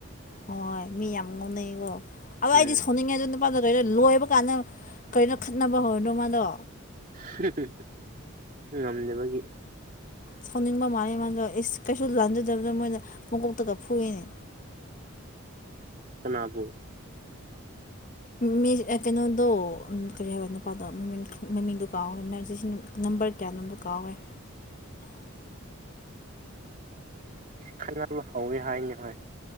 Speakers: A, on the left; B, on the right.
A: ꯍꯣꯢ ꯃꯤ ꯌꯥꯝ ꯉꯧꯅꯩꯀꯣ ꯑꯗꯣ
B: ꯎꯝ
A: ꯑꯩꯗꯤ ꯁꯥꯎꯅꯤꯡꯉꯦ ꯑꯗꯨ ꯅꯨꯞ ꯄꯥꯗ ꯂꯩꯔꯦ ꯂꯣꯢꯕ ꯀꯥꯟꯗ ꯀꯔꯤꯅꯣ ꯈꯠꯅꯕ ꯍꯧꯔꯤꯗꯣ ꯃꯥꯗꯣ
B: ꯍꯒ ꯍ ꯉꯝꯗꯕꯒꯤ
A: ꯁꯥꯎꯅꯤꯡꯕ ꯃꯥꯜꯂꯦ ꯃꯥꯗꯣ ꯏꯁ ꯀꯩꯁꯨ ꯂꯥꯟꯖꯗꯕꯗꯣ ꯃꯣꯢꯅ ꯃꯀꯣꯛꯇꯒ ꯐꯨꯢꯌꯦꯅꯦ
B: ꯀꯅꯥꯕꯨ
A: ꯃꯤ ꯀꯩꯅꯣꯗꯣ ꯑꯝ ꯀꯔꯤ ꯍꯥꯢꯕ ꯅꯨꯄꯥꯗꯣ ꯃꯃꯤꯡ ꯃꯃꯤꯡꯗꯣ ꯀꯥꯎꯔꯦ ꯅ꯭ꯔꯖꯤꯁꯤꯡ ꯅꯝꯕꯔ ꯀꯌꯥꯅꯣꯗꯣ ꯀꯥꯎꯒ꯭ꯔꯦ
B: ꯈꯠꯅꯕ ꯍꯧꯋꯦ ꯍꯥꯏꯅꯦ ꯍꯣꯏ